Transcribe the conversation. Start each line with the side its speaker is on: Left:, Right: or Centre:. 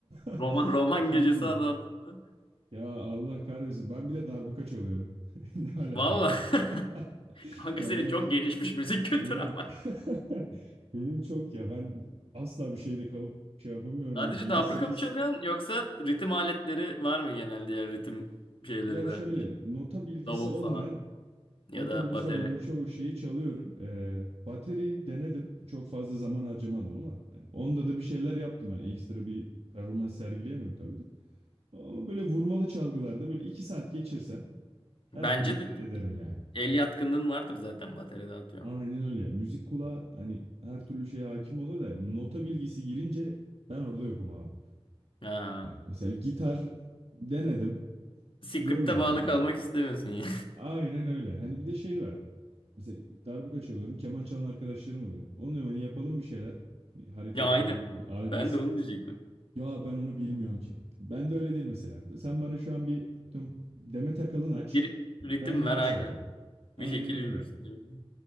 Right: <laughs>
Left: Roman roman
Right: Çok
Left: gecesi
Right: iyi.
Left: adı altında.
Right: Ya Allah kahretsin. Ben bir de darbuka çalıyorum. <laughs> Ne alaka?
Left: Vallahi. <laughs>
Right: <laughs>
Left: Kanka
Right: Ya
Left: senin
Right: ben
Left: çok gelişmiş müzik kültürü
Right: Benim
Left: ama.
Right: <laughs> benim çok ya ben asla bir şeyde kalıp şey yapamıyorum.
Left: Sadece
Right: Yani 7-8
Left: dabruka mı çalıyorsun yoksa ritim aletleri var mı genel diğer ritim şeyleri
Right: ya
Left: de?
Right: şöyle nota bilgisi
Left: Davul
Right: olmayan
Left: falan ya
Right: nota
Left: da
Right: bilgisi
Left: bateri.
Right: olmayan çoğu şeyi çalıyorum. Ee, bateri denedim. Çok fazla zaman harcamadım ama hani onda da bir şeyler yaptım. Hani ekstra bir performans sergileyemem tabii de. Ama böyle vurmalı çalgılarda böyle 2 saat geçirsem her
Left: Bence
Right: türlü
Left: de
Right: hallederim yani.
Left: el yatkınlığın vardır zaten bateride atıyorum.
Right: Aynen öyle ya. Müzik kulağı hani her türlü şeye hakim oluyor da nota bilgisi girince ben orada yokum abi.
Left: Ha.
Right: Ya mesela gitar denedim,
Left: Script'e
Right: zorlandım.
Left: bağlı kalmak
Right: yani.
Left: istemiyorsun ya.
Right: Aynen öyle. Hani bir de şey var. Mesela darbuka çalıyorum, keman çalan arkadaşlarım oluyor. Onu diyorum hani yapalım bir şeyler. Hani
Left: <laughs>
Right: Hareketli
Left: Ya aynen.
Right: olur, hani arabesk.
Left: Ben de onu diyecektim.
Right: Ya ben onu bilmiyorum ki. Ben de öyle değil mesela. Sen bana şu an bir atıyorum, Demet Akalın aç,
Left: Bir ritim
Right: ben yine
Left: ver aynen.
Right: çalarım. Aynen
Left: Bir şekil
Right: öyle.
Left: yürürsün. gibi.